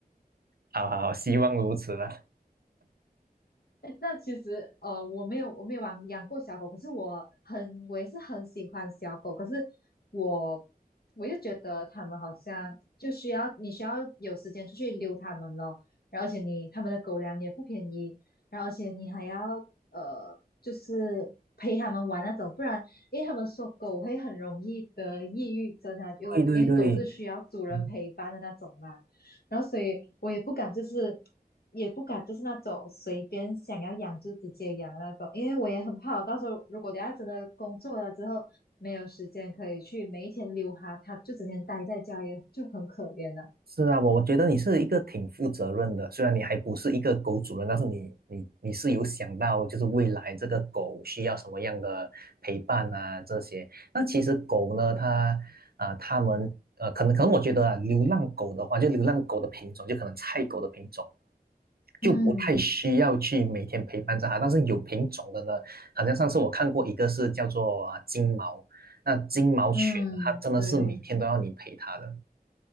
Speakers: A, on the right; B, on the left.
A: 好好好，希望如此啦。
B: <laughs> 那其实呃，我没有我没有养养过小狗，可是我很我也是很喜欢小狗，可是我我又觉得它们好像就需要你需要有时间出去溜它们咯，然后而且你它们的狗粮也不便宜，然后而且你还要呃就是陪它们玩那种，不然因为他们说狗会很容易得抑郁症啊，就因为狗是需要主人陪伴的那种嘛。
A: 对对对，嗯
B: 然后所以我也不敢就是也不敢就是那种随便想要养就直接养的那种，因为我也很怕我到时候如果等下真的工作了之后没有时间可以去每一天溜哈，它就整天待在家也就很可怜了。
A: 是啊，我我觉得你是一个挺负责任的，虽然你还不是一个狗主人，但是你你你是有想到就是未来这个狗需要什么样的陪伴啊这些。那其实狗呢，它啊、它们呃，可能可能我觉得啊，流浪狗的话，就流浪狗的品种，就可能菜狗的品种，
B: 嗯
A: 就不太需要去每天陪伴着它。但是有品种的呢，好像上次我看过一个是叫做啊金毛，那金毛犬，
B: 嗯，
A: 它真的是每天都要你陪它的。
B: 对。